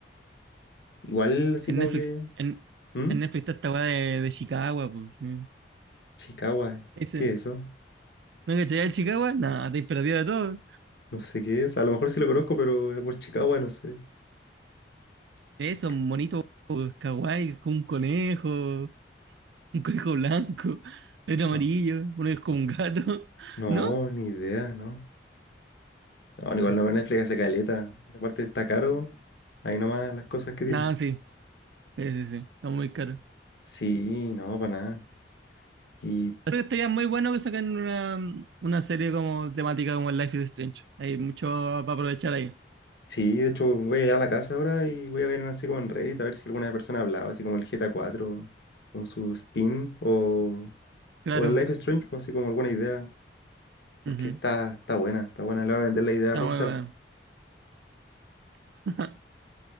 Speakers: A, on the left; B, on the right.
A: Igual así
B: Si en
A: como
B: Netflix,
A: que.
B: en,
A: ¿Mm?
B: en Netflix está esta weá de, de Chicago, pues sí.
A: Chicago,
B: Ese,
A: ¿qué es eso?
B: ¿no cachai el Chicago? Nada, te perdido de todo.
A: No sé qué es. A lo mejor sí lo conozco, pero es por Chicago, no sé.
B: Eso,
A: Chic.
B: un monito kawaii, con un conejo, un conejo blanco, <laughs> otro amarillo,
A: No,
B: uno es como un gato, <laughs>
A: no,
B: ¿no?
A: ni idea, ¿no? No, igual
B: Ah,
A: no veo Netflix hace caleta. Aparte está caro, ahí nomás las cosas que tienen.
B: Nada, sí, sí, sí, sí, está muy caro.
A: Sí, no, para nada. Y
B: Creo que estaría muy bueno que saquen una, una serie como temática como el Life is Strange. Hay mucho para aprovechar ahí.
A: sí, de hecho voy a llegar a la casa ahora y voy a ver así como en Reddit a ver si alguna persona hablaba así como el GTA 4, con su spin, o,
B: Claro,
A: o el Life is Strange, pues, así como alguna idea. Porque
B: ujú,
A: está, está buena, está buena, le va a vender la idea
B: Está
A: a Rockstar.
B: muy bueno. <laughs>